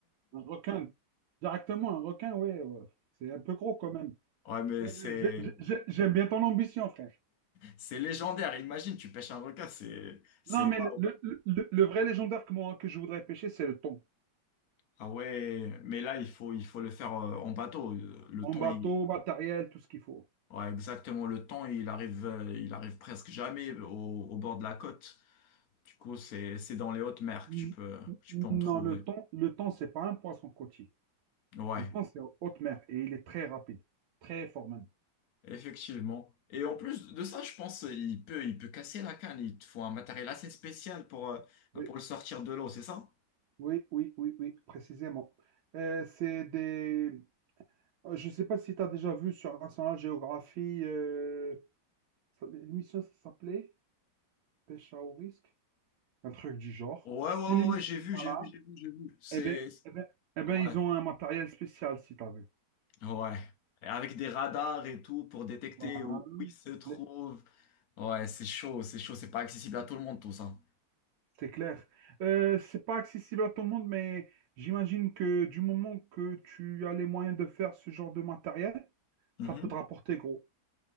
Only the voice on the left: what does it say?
Ouais, mais
c'est,
c'est légendaire. Imagine, tu pêches un requin, c'est, c'est
waouh.
Ah ouais, mais là, il faut, il faut le faire euh, en bateau. Le
temps,
il...
ouais, exactement, le temps, il arrive, euh, il arrive presque jamais au, au bord de la côte. Du coup, c'est, c'est dans les hautes mers
que tu peux, tu
peux en trouver.
Ouais,
effectivement. Et en plus de ça, je pense, il peut, il peut casser la canne. Il te faut un matériel assez spécial pour, euh,
pour le sortir de l'eau, c'est ça?
Ouais, ouais, ouais,
ouais, j'ai vu,
j'ai vu, j'ai vu, j'ai vu. C'est.
Ouais,
ouais. Et Avec des radars et tout pour détecter
où, où ils se trouvent.
Ouais, c'est chaud, c'est chaud, c'est pas accessible à tout le monde, tout ça.
Mhm.